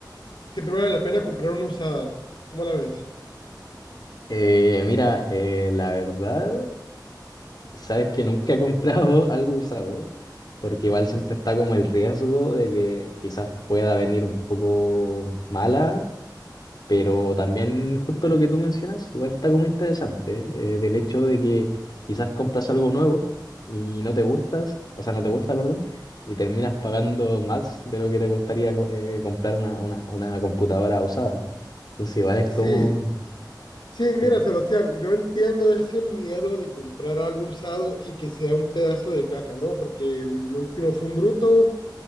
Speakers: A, on the left (about 90°); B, on the left (about 65°).
A: siempre vale la pena comprar una usada, ¿cómo la ves?
B: Eh, mira, eh, la verdad, sabes que nunca he comprado <laughs> algo usado, porque igual siempre está como el riesgo de que quizás pueda venir un poco mala Pero también justo lo que tú mencionas, igual está como interesante, eh, del hecho de que quizás compras algo nuevo y no te gustas, o sea, no te gusta, perdón, y terminas pagando más de lo que te costaría co- eh, comprar una, una, una computadora usada. Entonces igual es
A: Sí,
B: como...
A: Sí,
B: sí.
A: mira, Sebastián, yo entiendo ese miedo de comprar algo usado y que sea un pedazo de caca, ¿no? Porque el último fue un bruto,